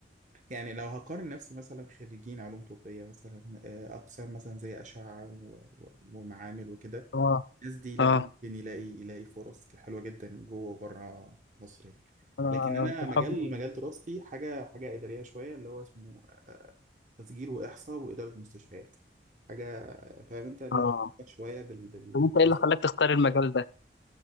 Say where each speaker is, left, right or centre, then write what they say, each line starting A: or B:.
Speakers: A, on the right; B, on the left.
A: يعني لو هقارن نفسي مثلا خريجين علوم طبية مثلا آه، أقسام مثلا زي أشعة و- و- ومعامل وكده
B: اه
A: الناس دي لا
B: اه
A: ممكن يلاقي يلاقي فرص ك- حلوة جدا جوه وبره مصر يعني.
B: انا
A: لكن أنا
B: صحابي
A: مجال مجال دراستي حاجة حاجة إدارية شوية اللي هو اسمه آه، تسجيل وإحصاء وإدارة مستشفيات حاجة فاهم أنت ليها
B: اه
A: علاقة شوية بال بال
B: طب انت ايه اللي خلاك تختار المجال ده